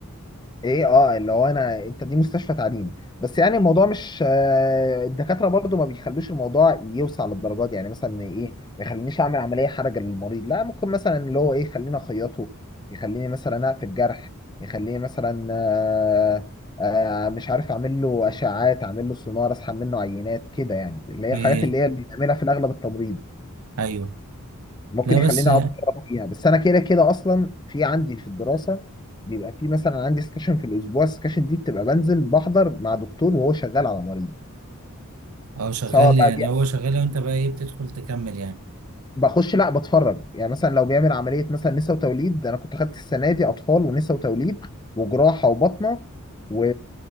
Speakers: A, on the left; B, on the right.
A: ايه اه اللي هو انا انت دي مستشفى تعليمي بس يعني الموضوع مش آه، الدكاتره برضو ما بيخلوش الموضوع يوسع للدرجات دي. يعني مثلا ايه ما يخلينيش اعمل عمليه حرجه للمريض لا ممكن مثلا اللي هو ايه يخليني اخيطه يخليني مثلا اقفل جرح يخليني مثلا آه، آه، مش عارف اعمل له اشعاعات اعمل له سونار اسحب منه عينات كده يعني اللي هي
B: إيه
A: الحاجات اللي هي اللي بنعملها في الاغلب التمريض
B: أيوه
A: ممكن
B: لا بس
A: يخليني اقعد أقرأ فيها بس انا كده كده اصلا في عندي في الدراسه بيبقى في مثلا عندي سكشن في الاسبوع السكشن دي بتبقى بنزل بحضر مع دكتور وهو شغال على مريض
B: هو شغال
A: سواء بقى
B: يعني
A: بي...
B: هو شغال وأنت بقى إيه بتدخل تكمل يعني
A: بخش لا بتفرج يعني مثلا لو بيعمل عمليه مثلا نسا وتوليد انا كنت خدت السنه دي اطفال ونسا وتوليد وجراحه وبطنه و...